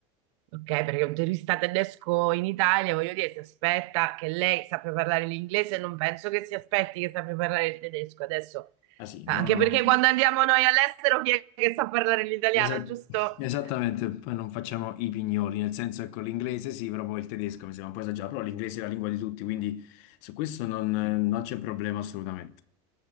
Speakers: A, on the right; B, on the left.
A: Ok, perché un turista tedesco in Italia, voglio dire, si aspetta che lei sappia parlare l'inglese, non penso che si aspetti che sappia parlare il tedesco adesso,
B: Ah sì,
A: anche
B: no, no,
A: perché quando andiamo noi all'estero chi è che sa parlare l'italiano,
B: esa-
A: giusto?
B: esattamente, poi non facciamo i pignoli, nel senso che con l'inglese sì, però poi il tedesco mi sembra un po' esagerato, però l'inglese è la lingua di tutti, quindi su questo non non c'è problema assolutamente.